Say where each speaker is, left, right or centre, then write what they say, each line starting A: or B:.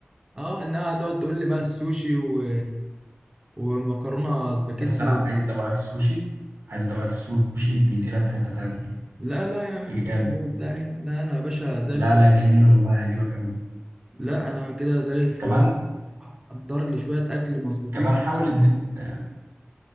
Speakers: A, on the right; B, on the right.
A: اه انها تقعد تقول لي بقى السوشي و... ومكرونه سباكيتي
B: بس انا عايز ادوقك السوشي عايز ادوقك السوشي بينقلك في حته تانية
A: لا لا يا عم السوشي
B: بجد
A: اللي هو بتاعي لا انا يا باشا زي الفل
B: لا لا جميل والله هيعجبك قوي
A: لا انا كده زي الفل
B: كمان
A: قدر لي شويه اكل مظبوطين
B: كمان حاول
A: كده.
B: ان انت